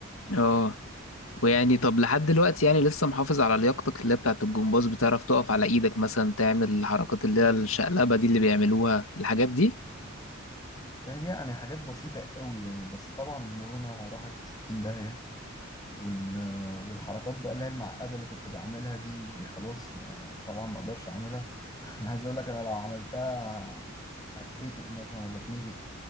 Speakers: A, on the left; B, on the left.
A: اه ويعني طب لحد دلوقتي يعني لسه محافظ على لياقتك اللي هي بتاعت الجمباز بتعرف تقف على ايدك مثلا تعمل الحركات اللي هي الشقلبة دي اللي بيعملوها الحاجات دي
B: يعني حاجات بسيطة قوي يعني بس طبعا المرونة راحت في 60 داهية وال... والحركات بقى اللي هي المعقدة اللي كنت بعملها دي خلاص ما... طبعا ما اقدرش اعملها <laughs> انا عايز اقول لك انا لو عملتها هتفتق مثلا ولا اتمزق